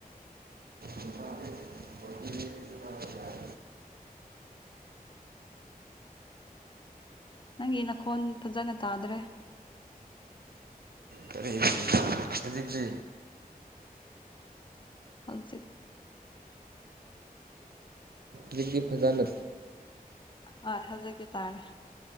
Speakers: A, on the right; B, on the left.
A: ꯅꯨꯄꯥꯗꯤ ꯐꯣꯔꯇꯤ ꯑꯗꯨꯃꯥꯏꯅ ꯌꯥꯏ.
B: ꯅꯪꯒꯤ ꯅꯈꯣꯟ ꯐꯖꯅ ꯇꯥꯗ꯭ꯔꯦ
A: ꯀꯔꯤ ꯍꯧꯖꯤꯛꯀꯤ
B: ꯍꯜꯖꯤꯛ
A: ꯍꯧꯖꯤꯛꯇꯤ ꯐꯖꯅ
B: ꯍꯣꯏ ꯍꯧꯖꯀꯤꯦ ꯇꯥꯔꯦ